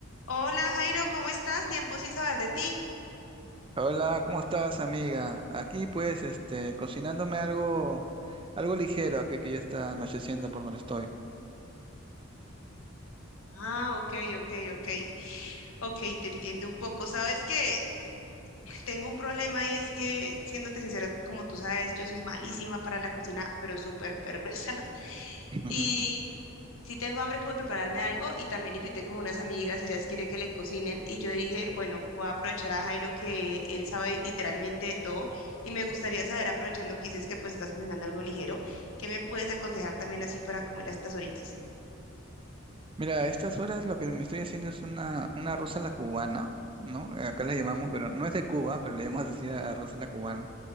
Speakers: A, on the left; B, on the right.
A: Hola Jairo, ¿cómo estás? Tiempo sin saber de ti.
B: Hola, ¿cómo estás, amiga? Aquí pues, este, cocinándome algo, algo ligero, aquí que ya está anocheciendo por donde estoy.
A: Ah, ok, ok, ok. Ok, te entiendo un poco. Sabes que <laughs> tengo un problema y es que, siéndote sincera, como tú sabes, yo soy malísima para la cocina, pero súper perversa. <laughs>
B: <laughs>
A: Y sí tengo hambre como de prepararme algo y también invité como unas amigas, ellas quieren que le cocinen y yo dije, bueno, voy a aprovechar a Jairo que él sabe literalmente de todo y me gustaría saber, aprovechando que dices que pues estás cocinando algo ligero, ¿qué me puedes aconsejar también así para comer a estas horitas?
B: Mira, a estas horas lo que me estoy haciendo es una, una arroz a la cubana, ¿no? Acá le llamamos, pero no es de Cuba, pero le llamamos así a- arroz a la cubana.